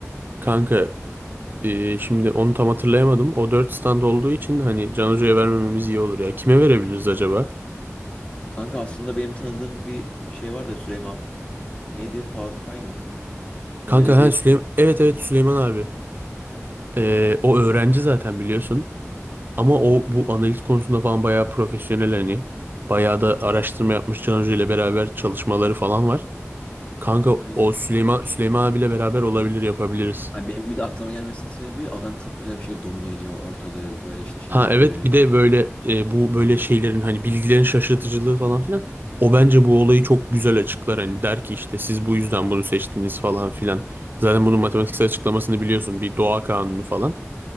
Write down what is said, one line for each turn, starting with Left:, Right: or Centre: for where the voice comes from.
Right: Kanka ee, şimdi onu tam hatırlayamadım. O dört stand olduğu için hani Can Hoca'ya vermememiz iyi olur ya. Kime verebiliriz acaba?
Left: Kanka aslında benim tanıdığım bir şey var da Süleyman. Neydi? Faruk Pay mı?
Right: Kanka
Left: Öyle bir
Right: ha Süleyman. Evet evet Süleyman abi. Ee, o öğrenci zaten biliyorsun. Ama o bu analiz konusunda falan bayağı profesyonel hani. Bayağı da araştırma yapmış Can ile beraber çalışmaları falan var. Kanka
Left: Aynen.
Right: o Süleyman Süleyman abiyle beraber olabilir yapabiliriz.
Left: Abi benim bir de aklıma gelmesinin sebebi adam çok güzel bir şekilde domine ediyor ortalığı böyle işte şey
Right: Ha
Left: yapıyor
Right: evet
Left: yönetiyor.
Right: bir de böyle e, bu böyle
Left: Hı.
Right: şeylerin hani bilgilerin şaşırtıcılığı falan filan. O bence bu olayı çok güzel açıklar hani der ki işte siz
Left: Aynen
Right: bu yüzden
Left: aynen.
Right: bunu seçtiniz falan filan. Zaten bunun matematiksel
Left: Evet.
Right: açıklamasını biliyorsun bir doğa kanunu falan.